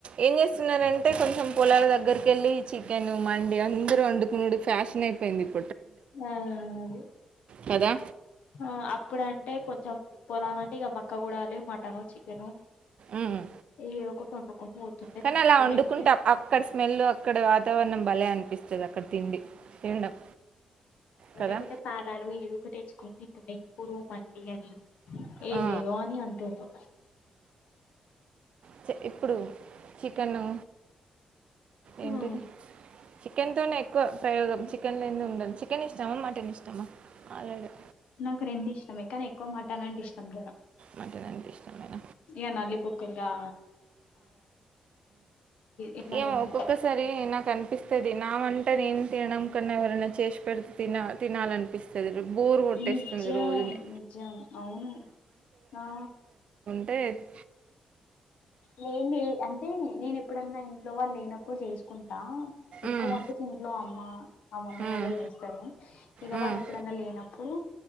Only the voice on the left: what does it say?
మా అదె
ఆ అప్పుడంటే కొంచం పొలాలంటే ఇగా బక్కగూడలే మటను చికెను
ఏ ఒక ఒక వండుకొని పోతుండే
తింటుండే
లేకుంటే
లేకుంటే పానాలు ఏదోకటి ఎచ్చుకొని నిప్పుడు మండీ అని ఏదేవో
అని అంటుర్రు
హ్మ్
నాకు రెండు ఇష్టమే కానీ ఎక్కువ మటన్ అంటే ఇష్టం జడ
ఇగ నల్లి బొక్కులదా ఇట్లాంటివంటే
నిజాం
నిజం అవును ఆ
లేందే అంటే నేను ఎప్పుడన్నా ఇంట్లో వాళ్ళ లేనప్పుడు చేసుకుంటా ఎక్కువ
వంట తింట్లో అమ్మ అమ్మమ్మ
వాళ్ళే చేస్తారు ఇగా
వాళ్ళ ఎప్పుడన్నా లేనప్పుడు